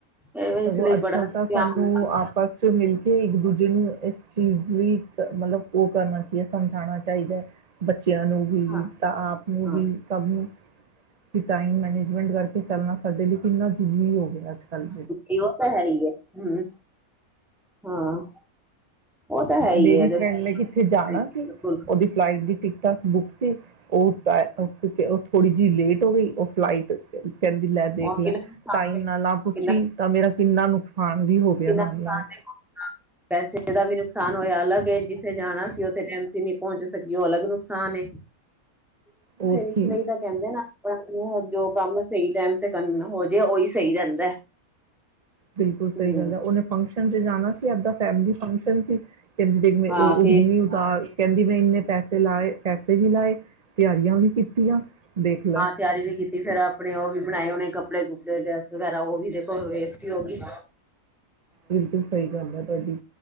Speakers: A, in the centre; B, on the right (about 40°).
A: ਇਹ ਇਸ
B: ਸਗੋਂ
A: ਲਈ
B: ਅੱਜ
A: ਬੜਾ
B: ਕੱਲ
A: ਧਿਆਨ
B: ਤਾਂ ਸਾਨੂੰ
A: ਨਾਲ
B: ਆਪਸ ਚ ਮਿਲ ਕੇ ਇੱਕ ਦੂਜੇ ਨੂੰ। ਇਸ ਚੀਜ਼ ਵੀ ਮਤਲਬ ਉਹ ਕਰਨਾ ਚਾਹੀਦਾ ਸਮਝਾਉਣਾ ਚਾਹੀਦਾ ਹੈ ਬ ਬੱਚਿਆਂ ਨੂੰ ਵੀ
A: ਹਾਂ
B: ਤਾਂ ਆਪ ਨੂੰ
A: ਹਾਂ
B: ਵੀ ਸਭ ਨੂੰ ਵੀ ਟਾਈਮ ਮੈਨੇਜਮੈਂਟ ਕਰਕੇ ਚੱਲਣਾ ਸਾਡੇ ਲਈ। ਕਿੰਨਾ ਜ਼ਰੀ ਹੋ ਗਿਆ। ਅਜ ਕਲ।
A: ਇਹਵ ਤਾਂ ਹੈ ਹੀ ਹੈ ਹਮ ਹਾਂ। ਉਹ ਤਾਂ ਹੈ ਹੀ
B: ਮੇਰੀ
A: ਹੈ ਦੇਖੋ
B: ਫਰੈਂਡ ਨੇ ਕਿੱਥੇ ਜਾਣਾ
A: ਬਿਲਕੁਲ
B: ਸੀ ਉਹਦੀ ਫਲਾਈਟ ਦੀ ਟਿਕਟਾਂ ਬੁੱਕ। ਉਹ ਉਹ ਥੋੜੀ ਜਿਹੀ ਲੇਟ ਹੋ ਗਈ। ਉਹ ਫਲਾਈਟ ਕਹਿੰਦੀ ਲੈ ਦੇਖ
A: ਉਹ
B: ਲੈ
A: ਕਿੰਨਾ ਨੁਕਸਾਨ
B: ਟਾਈਮ
A: ਹੋਇਆ
B: ਨਾਲ ਆ ਪੁੱਛੀ
A: ਕਿੰਨਾ
B: ਤਾਂ ਮੇਰਾ ਕਿੰਨਾ ਨੁਕਸਾ ਖਾਣ ਵੀ ਹੋ
A: ਕਿੰਨਾ
B: ਗਿਆ ਨਾਲ
A: ਨੁਕਸਾਨ
B: ਨਾਲ
A: ਦੇਖੋ ਪੈਸੇ ਦਾ ਵੀ ਨੁਕਸਾਨ ਹੋਇਆ ਅਲੱਗਏ ਜਿੱਥੇ ਜਾਣਾ ਸੀ ਉੱਥੇ ਟ ਤੁਸੀਂ ਨਹੀਂ ਪਹੁੰਚ ਸਕੀ ਹੋ ਅਲੱਗ ਨੂੰ ਫਰ
B: ਹੋਰ
A: ਇਸ
B: ਕੀ
A: ਲਈ ਤਾਂ ਕਹਿੰਦੇ ਨਾ ਆਪਣਾ ਜੋ ਕੰਮ ਸਹੀ ਟੈਮ ਤੇ ਕੰਮ ਹੋਜੇ ਉਹੀ ਸਹੀ ਰਹਿੰਦਾ
B: ਬਿਲਕੁਲ
A: ਹਮ
B: ਸਹੀ ਗੱਲ ਹੈ ਉਹਨੇ ਫੰਕਸ਼ਨ ਚ ਜਾਣਾ ਸੀ ਆਪਦਾ ਫੈਮਿਲੀ ਫੰਕਸ਼ਨ ਸੀ ਕਿ ਦੇ ਉਹ
A: ਹਾਂ
B: ਉਹ
A: ਫੇਰ
B: ਵੀ ਨਹੀਂ ਉਤਾਰ ਕਹਿੰਦੀ ਮੈਂ ਇੰਨੇ ਪੈਸੇ ਲਾਏ ਪੈਸੇ ਵੀ ਲਾਏ ਤਿਆਰੀਆਂ ਵੀ ਕੀਤੀਆਂ ਦੇਖ ਲੈ
A: ਹਾਂ ਤਿਆਰੀ ਵੀ ਕੀਤੀ ਫੇਰ ਆਪਣੇ ਉਹ ਵੀ ਬਣਾਏ ਉਹਨੇ ਕੱਪੜੇ ਡ੍ਰੇਸ ਵਗੈਰਾ ਉਹ ਵੀ ਦੇਖੋ ਵੇਸਟ ਹੀ ਹੋ ਗਈ
B: ਬਿਲਕੁਲ ਸਹੀ ਗੱਲ ਹੈ ਤੁਹਾਡੀ